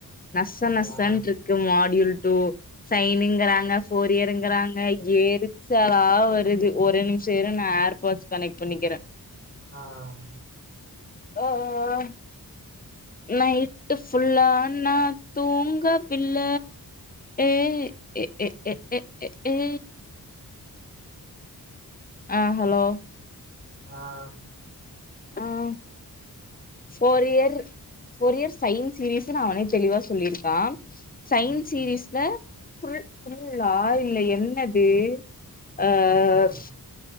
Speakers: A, on the left (about 25°); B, on the right (about 35°).
A: நச நசன்ட்ர்க்கு
B: யா.
A: மாடியல் டூ சைனுங்கறாங்க கொரியருங்கறாங்க எரிச்சாளா வருது ஒரு நிமிஷ இருங்க ஏர்போர்ட்ஸ் கனெக்ட் பண்ணிக்ற
B: ஆஹ்
A: ஓஒ ஆஹ் நைட்டு ஃபுல்லா நா தூங்கவில்ல ஏ ஏ ஏ ஏ ஏ ஏ ஆஹ் ஹலோ
B: ஆஹ்
A: ஆஹ் போர் இயர் போர் இயர்ஸ் சயின் சீரீஸ்ன்னு அவனே தெளிவா சொல்லிருக்கா சயின்ஸ்
B: ஓகே.
A: சீரீஸ்ல ஃபுல் ஃபுல்லா இல்ல என்னது அஹ்
B: ம்ஹும்.